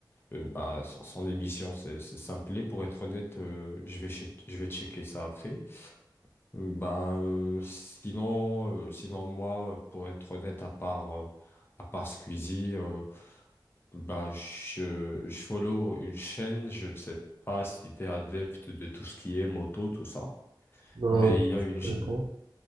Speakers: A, on the left; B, on the right.
A: euh, bah, sans, sans émission, c'est, c'est- ça me plaît. Pour être honnête, euh, je vais, che- je vais checker ça après. Euh, bah, euh, sinon, euh, sinon, moi, pour être honnête, à part, euh, à part Squeezie, euh, bah, je, je follow une chaîne, je ne sais pas si tu es adepte de tout ce qui est moto, tout ça,
B: Euh,
A: mais il y a une,
B: je
A: ch-
B: connais pas.